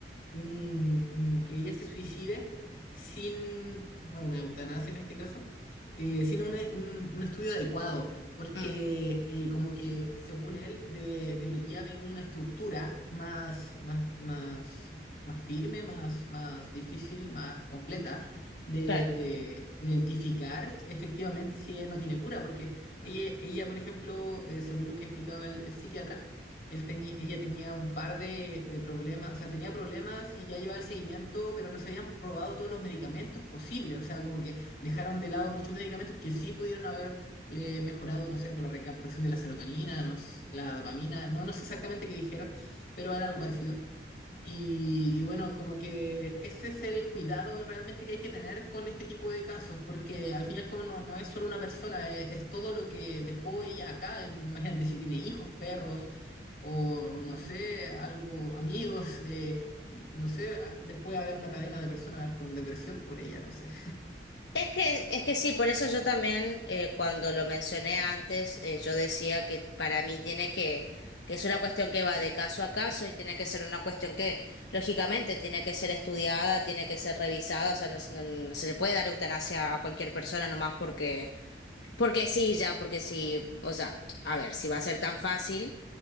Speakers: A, on the left (about 55°); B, on the left (about 75°).
A: un- un- que ella se suicide sin, bueno, una eutanasia en este caso, eh, sin un, un- un estudio adecuado, porque
B: mm,
A: eh, como que según él de- debería haber una estructura más, más, más, más firme, más, más difícil, más completa de,
B: claro.
A: de identificar efectivamente si ella no tiene cura, porque ella, ella por ejemplo, eh, según lo que explicaba el, el psiquiatra, él teni- ella tenía un par de, de problemas, o sea, tenía problemas y ya llevaba el seguimiento, pero no se habían probado todos los medicamentos posibles, o sea, como que dejaron de lado muchos medicamentos que sí pudieron haberle mejorado, no sé, por la recaptación de la serotonina, no s- la dopamina, no, no sé exactamente qué dijeron, pero era algo parecido. Y, y bueno, como que ese es el cuidado realmente que hay que tener con este tipo de casos, porque al fin y al cabo no, no es solo una persona, es, es todo lo que dejó ella acá. Imagínate si tiene hijos, perros, o, o no sé, algo, amigos, <laughs> eh, no sé, a- después haber una cadena de personas con depresión por ella, no sé.
B: Es que, es que sí, por eso yo también eh, cuando lo mencioné antes, eh, yo decía que para mí tiene que, que es una cuestión que va de caso a caso y tiene que ser una cuestión que, lógicamente, tiene que ser estudiada, tiene que ser revisada, o sea, no, es- no- no se le puede dar eutanasia a cualquier persona nomás porque, porque sí, ya, porque sí, o sea, a ver, si va a ser tan fácil,